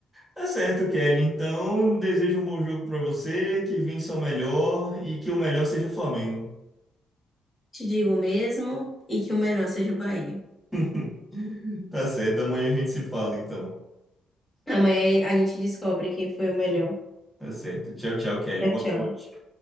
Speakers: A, in the centre; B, on the left.
A: Tá certo, Kelly. Então, desejo um bom jogo pra você, que vença o melhor e que o melhor seja o Flamengo.
B: Te digo mesmo e que o melhor seja o Bahia.
A: <laughs> Tá certo, amanhã a gente se fala então.
B: Amanhã a gente descobre quem foi o melhor.
A: Tá certo. Tchau, tchau, Kelly.
B: Tchau,
A: Boa
B: tchau.
A: noite.